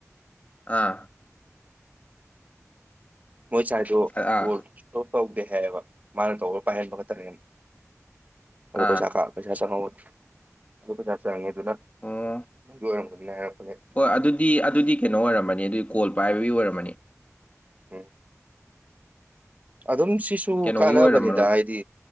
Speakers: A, on the left; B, on the right.
A: ꯑꯥ
B: ꯃꯣꯏ ꯁꯥꯏꯗꯣ
A: ꯑꯥ
B: ꯀꯣꯜ ꯁꯨꯇꯧ ꯇꯧꯗꯦ ꯍꯥꯏꯌꯦꯕ ꯃꯥꯅ ꯇꯧꯕꯔꯒ ꯄꯥꯏꯍꯟꯕ ꯈꯛꯇꯅꯦꯅ ꯑꯗꯣ
A: ꯑꯥ
B: ꯄꯩꯁꯥ ꯀ ꯄꯩꯁꯥ ꯆꯪꯍꯧꯋꯦ ꯑꯗꯨ ꯄꯩꯁꯥ ꯆꯪꯉꯦ ꯑꯗꯨꯅ
A: ꯑꯣ
B: ꯑꯗꯨꯒꯤ ꯑꯣꯏꯔꯝꯒꯗꯤꯅ ꯍꯥꯏꯔꯛꯄꯅꯦ
A: ꯍꯣꯏ ꯑꯗꯨꯗꯤ ꯑꯗꯨꯗꯤ ꯀꯩꯅꯣ ꯑꯣꯏꯔꯝꯃꯅꯤ ꯑꯗꯨꯒꯤ ꯀꯣꯜ ꯄꯥꯏꯕꯒꯤ ꯑꯣꯏꯔꯝꯃꯅꯤ
B: ꯎꯝ ꯑꯗꯨꯝ ꯁꯤꯁꯨ
A: ꯀꯩꯅꯣꯒꯤ
B: ꯀꯥꯟꯅꯕꯅꯤꯗ
A: ꯑꯣꯏꯔꯝꯃꯔꯣꯏꯕ
B: ꯍꯥꯏꯗꯤ